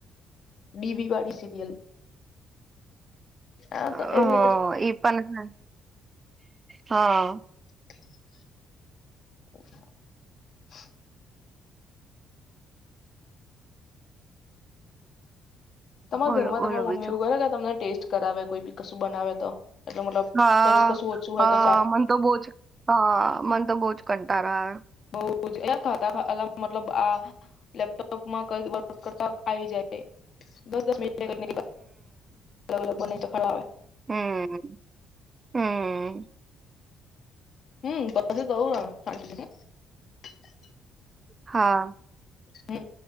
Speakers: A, on the left; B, on the right.
A: બીબીવાડી સિરિયલ. આ તો
B: હા
A: એવી રીતે
B: ઈ પણ ને હા.
A: <inaudible> તમારા
B: બોલો
A: ઘરમાં
B: બોલો
A: તમાર મમ્મી
B: બીજું
A: એવું કરે કે તમને ટેસ્ટ કરાવે કોઈ બી કશું બનાવે તો? એટલે મતલબ
B: હા
A: કશ કશું ઓછું હોય
B: હા
A: તો ચાખ
B: મન તો બોજ હા મન તો બહુજ કં તારો આવે.
A: બહુજ એટલે થતા થા મતલબ આહ લેપટોપ માં કઈ વ કરતા આ આવી જાય. દસ દસ મિનિટ <inaudible> લોકોને તો ખાવા આવે.
B: હમ્મ, હમ્મ.
A: હમ્મ તો પછી કવું આ <inaudible>
B: હા.
A: હમ્મ.